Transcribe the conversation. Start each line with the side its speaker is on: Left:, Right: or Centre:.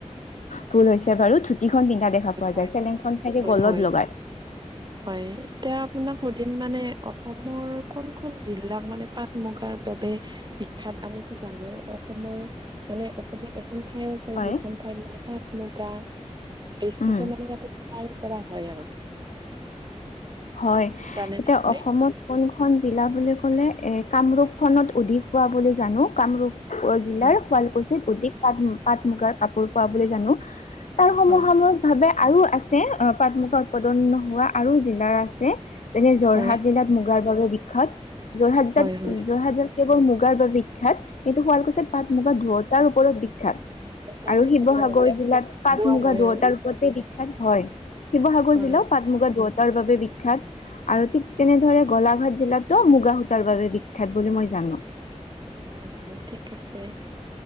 Left: ভুল হৈছে বাৰু। ধুতিখন পিন্ধা দেখা
Right: হয়
Left: পোৱা
Right: হয়
Left: যায় চেলেংখন চাগে
Right: হয়
Left: গলত
Right: হয়
Left: লগাই
Right: হয় এতিয়া আপোনাক ধিম মানে অসমৰ কোনখন জিলাক মানে পাট মুগাৰ বাবে বিখ্যাত আমিতো জানো অসমৰ মানে অসমত এখন ঠাই আছে
Left: হয়
Right: যিখন ঠাইত মানে পাট মুগা বেছিকে
Left: উম
Right: মানে তাতে <unintelligible> কৰা হয় আৰু।
Left: হয়
Right: জানেনে
Left: এতিয়া
Right: আপুনি
Left: অসমত কোন খন জিলা বুলি ক'লে এ কামৰূপ খনত অধিক হোৱা বুলি জানো কামৰূপ জিলাৰ
Right: হয়
Left: শুৱালকুছিত অধিক পাট পাট মুগাৰ কাপোৰ পোৱা বুলি জানো। তাৰ সমসাময়িক
Right: হয়
Left: ভাৱে আৰু আছে পাট মুগা উৎপাদন হোৱা আৰু জিলাৰ আছে যেনে যোৰহাট
Right: হয়
Left: জিলাত মুগাৰ বাবে বিখ্যাত। যোৰহাট জিতাত
Right: হয় হয়
Left: যোৰহাট জিলাত কেৱল মুগাৰ বাবে বিখ্যাত কিন্তু শুৱালকুচিত পাত মুগা ধুৱ তাৰ ওপৰত বিখ্যাত
Right: তাই
Left: আৰু শিৱসাগৰ
Right: কৰে বে
Left: জিলাত পাট
Right: বোৱা
Left: মুগা
Right: হয়
Left: ধুৱতাৰ
Right: আৰু
Left: ওপৰতে বি বিখ্যাত হয় শিৱসাগৰ
Right: হয়
Left: জিলাও পাট মুগা দুৱটাৰ বাবে বিখ্যাত। আৰু ঠিক
Right: হয়
Left: তেনেদৰে গোলাঘাট জিলাতো মুগা সূতাৰ বাবে বিখ্যাত বুলি মই জানো।
Right: হয় হয় ঠিক আছে